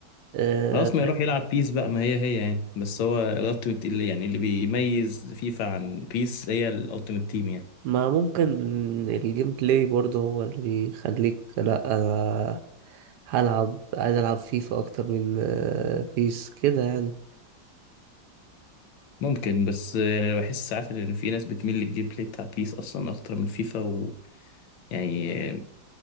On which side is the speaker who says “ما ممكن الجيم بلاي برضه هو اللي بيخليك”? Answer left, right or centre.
Right